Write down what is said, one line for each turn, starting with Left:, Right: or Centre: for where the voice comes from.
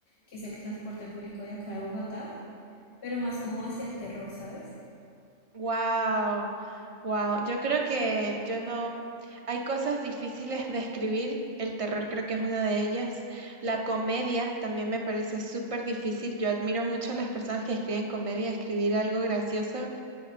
Left: que es el transporte público de acá de Bogotá, pero más como hacia el terror, ¿sabes?
Right: Wow, wow. Yo creo que yo no... Hay cosas difíciles de escribir. El terror creo que es una de ellas. La comedia también me parece súper difícil. Yo admiro mucho a las personas que escriben comedia. Escribir algo gracioso